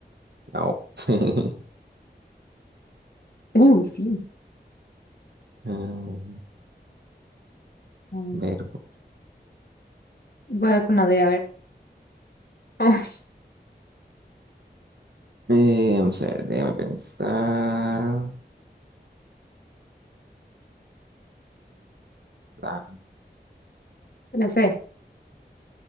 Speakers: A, on the right (about 70°); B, on the left (about 65°).
A: la O. <laughs>
B: Uy, sí.
A: Ah,
B: Mm.
A: verbo.
B: Voy a dar con la D, a ver. Uy,
A: Eh, vamos a ver, déjame pensar. La,
B: la C.